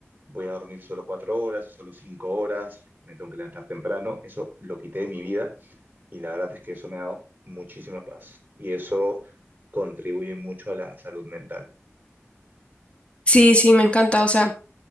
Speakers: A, on the right; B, on the left.
A: voy a dormir solo cuatro horas, solo cinco horas, me tengo que levantar temprano. Eso lo quité de mi vida y la verdad es que eso me ha dado muchísima paz y eso contribuye mucho a la salud mental.
B: Sí, sí, me encanta. O sea,